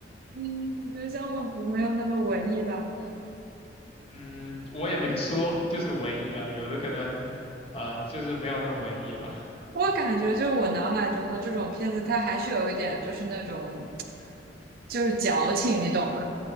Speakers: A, on the right; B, on the left.
A: 嗯，我觉得《江文不没有那么文艺吧。
B: 嗯，我也没说，就是文艺啊，有的可能，啊，就是没有那么文艺吧。
A: 我感觉就是我脑海中的这种片子，它还是有一点就是那种就是矫情，你懂吗？